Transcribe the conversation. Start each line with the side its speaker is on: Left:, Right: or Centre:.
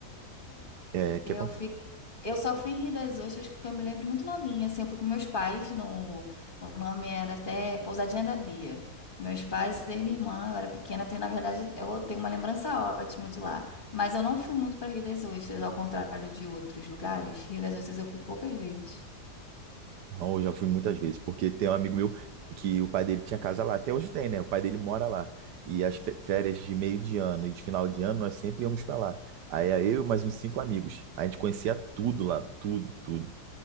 Right: É que
Left: Eu
Right: acontece.
Left: fico... eu só fui em Rio das Ostras que eu me lembro muito novinha, assim, eu fui com meus pais no... O nome era até Pousadinha da Bia. Meus pais, eu e minha irmã, eu era pequena, eu tenho, na verdade, eu tenho uma lembrança ótima de lá. Mas eu não fui muito para Rio das Ostras, ao contrário de outros lugares. Rio das Ostras eu fui poucas vezes.
Right: Não, eu já fui muitas vezes, porque tem um amigo meu que o pai dele tinha casa lá, até hoje tem, né? O pai dele mora lá. E as fe- férias de meio de ano e de final de ano, nós sempre íamos para lá. Aí era eu e mais uns cinco amigos. A gente conhecia tudo lá, tudo, tudo.